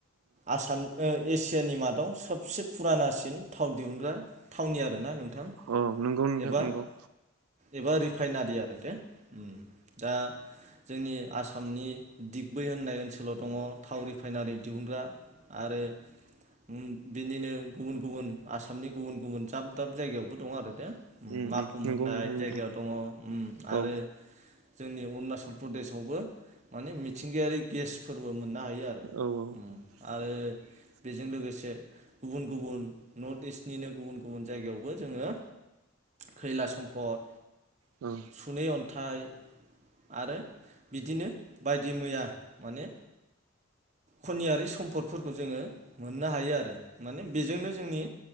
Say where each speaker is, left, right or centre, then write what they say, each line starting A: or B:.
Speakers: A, on the right (about 30°); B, on the right (about 80°).
A: आसाम ओ एसियानि मादाव सबसे फुराना सि बिन थाव दिहुनग्रा थावनि आरोना नोंथां
B: औ नंगौ नोंथां
A: एबा
B: औ
A: एबा रिफाइनारि आरो दे ओ दा जोंनि आसामनि दिगबै होननाय ओनसोलाव दङ थाव रिफाइनारि दिहुनग्रा आरो ओ बिनिनो गुबुन गुबुन आसामनि गुबुन गुबुन दाब दाब जायगायावबो दं आरो दे माखुम
B: ओ, अ औ नंगौ नोंथां नंगौ नंगौ
A: होननाय
B: नोंथां नंगौ
A: जायगायाव दङ ओम आरो
B: औ
A: जोंनि अरुणाचल प्रदेशआवबो माने मिथिंगायारि गेस फोरबो मोननो हा आरो
B: औ औ
A: <unintelligible>
B: <inaudible>
A: बेजों लोगोसे गुबुन गुबुन नर्थ इस्टनिनो गुबुन गुबुन जायगायावबो जोङो खैला सम्पद
B: औ
A: सुनै अन्थाइ आरो बिदिनो बायदि मैया माने खनियारि सम्पद फोर जोङो मोननो हायो आरो माने बेजोंनो जोंनि